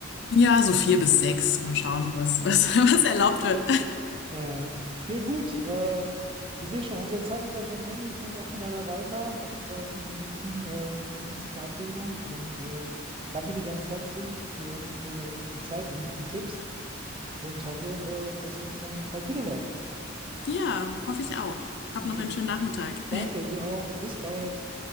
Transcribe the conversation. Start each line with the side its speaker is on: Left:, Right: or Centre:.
Left: Ja, so
Right: Mhm,
Left: vier bis sechs. Mal schauen, was,
Right: ja.
Left: <laughs> was, was erlaubt wird.
Right: Äh, nee, gut. Äh, ich sehe schon, unsere Zeit ist ja schon um. Ich muss auch schon leider weiter. Hab äh, schon den nächsten, äh, die nächste Verabredung. Und äh, danke dir ganz herzlich für, für die Zeit und die Tipps und hoffe, äh, dass wir uns dann bald wiederhören.
Left: <laughs> ja, hoffe ich auch. Hab
Right: Okay.
Left: noch einen schönen Nachmittag.
Right: Danke, du auch. Bis bald.